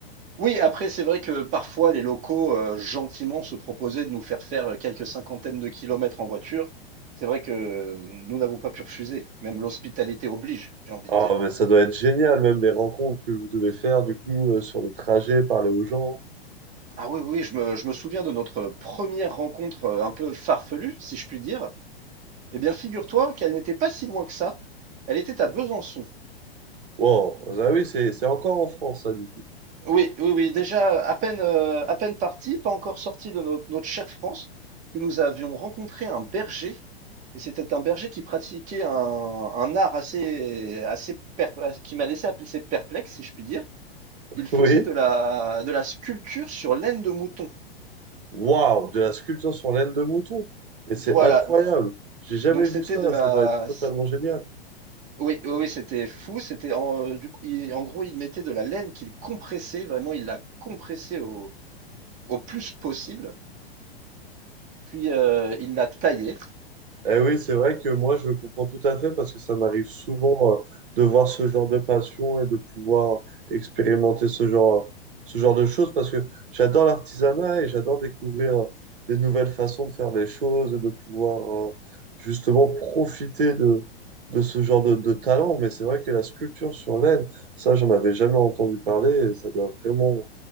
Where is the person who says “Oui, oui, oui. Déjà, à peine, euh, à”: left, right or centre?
Right